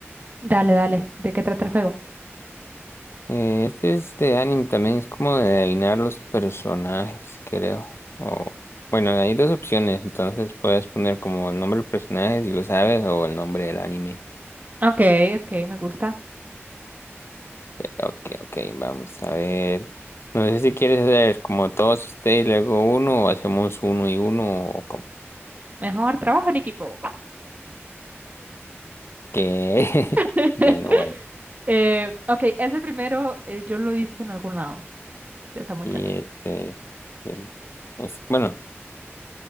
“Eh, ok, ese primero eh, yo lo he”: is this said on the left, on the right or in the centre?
Right